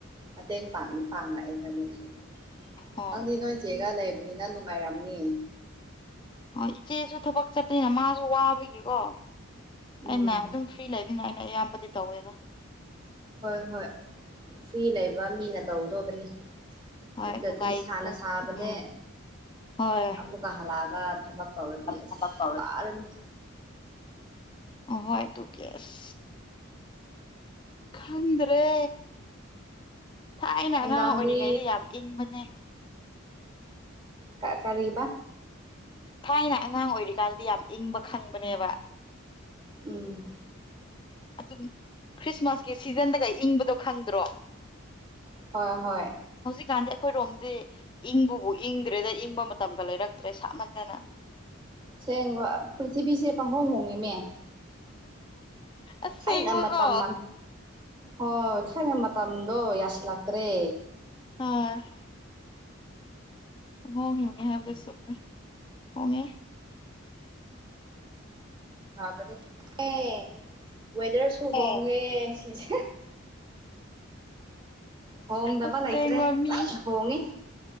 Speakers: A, on the right; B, on the left.
A: ꯃꯇꯦꯡ ꯄꯥꯡꯅꯤ ꯄꯥꯡꯉꯛꯑꯦ ꯅꯣꯏ ꯃꯣꯏꯁꯨ
B: ꯍꯣꯏ
A: ꯅꯪꯗꯤ ꯅꯣꯏ ꯆꯦꯒ ꯂꯩꯕ ꯑꯗꯨꯅꯤꯅ ꯅꯨꯡꯉꯥꯏꯔꯝꯅꯤ
B: ꯍꯣꯏ ꯏꯆꯦꯁꯨ ꯊꯕꯛ ꯆꯠꯇꯅꯤꯅ ꯃꯥꯁꯨ ꯋꯥꯕꯒꯤꯀꯣ
A: ꯎꯝ
B: ꯑꯩꯅ ꯑꯗꯨꯝ ꯐ꯭ꯔꯤ ꯂꯩꯕ ꯅꯦ ꯑꯌꯥꯝꯕꯗꯤ ꯇꯧꯋꯦꯗ
A: ꯍꯣꯏ ꯍꯣꯏ ꯐ꯭ꯔꯤ ꯂꯩꯕ ꯃꯤꯅ ꯇꯧꯗꯧꯕꯅꯤ
B: ꯍꯣꯏ
A: ꯅꯠꯇ꯭ꯔꯗꯤ
B: ꯅꯨꯡꯉꯥꯏ
A: ꯏꯁꯥꯅ ꯁꯥꯕꯅꯦ
B: ꯎꯝ ꯍꯣꯏ
A: ꯑꯃꯨꯛꯀ ꯍꯜꯂꯛꯑꯒ ꯄꯧꯔꯗꯤ ꯑꯁ
B: ꯊꯕꯛ ꯇꯧꯔꯗꯤ
A: ꯋꯥꯔꯅꯤ
B: ꯍ ꯇꯨ ꯀꯁ ꯈꯗ꯭ꯔꯦ ꯊꯥꯏꯅ
A: ꯅꯨꯡꯗꯥꯡꯗꯤ
B: ꯑꯉꯥꯡ ꯑꯣꯏꯔꯤꯉꯩꯗ ꯌꯥꯝ ꯏꯪꯕꯅꯦ
A: ꯀ ꯇꯔꯤꯕ
B: ꯊꯥꯏꯅ ꯑꯉꯥꯡ ꯑꯣꯏꯔꯤꯀꯥꯟꯗꯗꯤ ꯌꯥꯝ ꯏꯪꯕ ꯈꯪꯕꯅꯦꯕ
A: ꯎꯝ
B: ꯑꯗꯨꯝ ꯈ꯭ꯔꯤꯁꯃꯥꯁꯀꯤ ꯁꯤꯖꯟꯗꯒꯩ ꯏꯪꯕꯗꯣ ꯈꯪꯗ꯭ꯔꯣ
A: ꯍꯣꯏ ꯍꯣꯏ
B: ꯍꯧꯖꯤꯛꯀꯥꯟꯗꯤ ꯑꯩꯈꯣꯏꯔꯣꯝꯗꯤ ꯏꯪꯕꯕꯨ ꯏꯪꯗ꯭ꯔꯦꯗ ꯏꯪꯕ ꯃꯇꯝꯒ ꯂꯩꯔꯛꯇ꯭ꯔꯦ ꯁꯥꯞꯃꯟꯗꯅ
A: ꯁꯦꯡ ꯄ꯭ꯔꯤꯊꯤꯕꯤꯁꯦ ꯄꯥꯡꯍꯣꯡ ꯍꯣꯡꯉꯤꯅꯦ
B: ꯑꯁꯦꯡꯕꯀꯣ
A: ꯊꯥꯏꯅ ꯃꯇꯝ ꯍꯣꯏ ꯊꯥꯏꯅ ꯃꯇꯝꯗꯣ ꯌꯥꯁꯤꯜꯂ ꯇ꯭ꯔꯦ
B: ꯑꯥ ꯍꯒꯦ ꯍꯒꯦ ꯍꯥꯏ ꯁ ꯍꯒꯦ
A: ꯍꯥꯕ ꯑꯦ ꯋꯦꯗꯔꯁꯨ ꯍꯣꯡꯉꯦ
B: ꯑꯣ
A: ꯁꯤꯁꯦ ꯍꯣꯡꯗꯕ
B: ꯑꯁꯦꯡꯕ
A: ꯂꯩꯇ꯭ꯔꯦ
B: ꯃꯤ
A: ꯍꯣꯡꯉꯤ